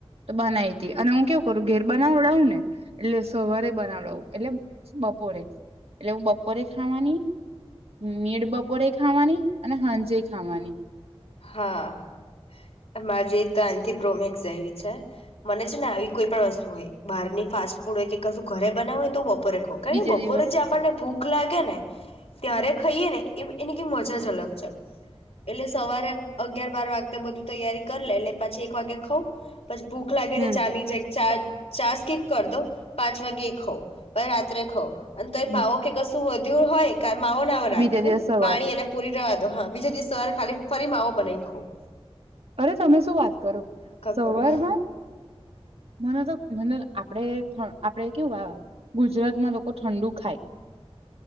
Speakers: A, on the right; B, on the left.
A: તો બનાય તી‌ અને હું કેવું કરું ઘેર બનાવડાવું ને એટલે હવારે બનાવડાવું એટલે બપોરે એટલે હું બપોરે ખાવાની હમ નીડ બપોરે ખાવાની અને હાજે ખાવાની
B: હા તમારે ત્યાંથી પ્રોમેક્સ આયવી છે મને છે ને આવી કોઈ પણ વસ્તુ હોય બહારની ફાસ્ટ ફૂડ હોય કે કશું ઘરે બનાવુ હોય તો બ બપોરે ખવ કારણ
A: બીજા
B: કે બપોરે
A: દિવસ
B: જે આપણને
A: સવાર
B: ભૂખ લાગે ને ત્યારે ખાઈએ ને એ એની મજા જ અલગ છે એટલે સવારે અગિયાર બાર વાગતા બધું તૈયારી કરી લે એટલે પાછી એક વાગ્યે ખઉં પછી ભૂખ લાગે
A: હમ
B: તો ચા ની જ ચા ચાર સ્કિપ કરી દવ પાંચ વાગે ખવ પણ રાત્રે ખવ અને કઈ
A: હમ
B: માવો કે કશું વ દૂર હોય ત્યારે માવો ન રાખું
A: બીજા દિવસ સવાર
B: પાણી અને પૂરી રવા હા બીજા દિવસ સવારે ખાલી ફરી માવો બનાવી ખાઉં
A: અરે તમે શું વાત કરો સવારમાં
B: કરું
A: મને તો મને આપડે પણ આપડે કેવું આ ગુજરાતમાં લોકો ઠંડુ ખાય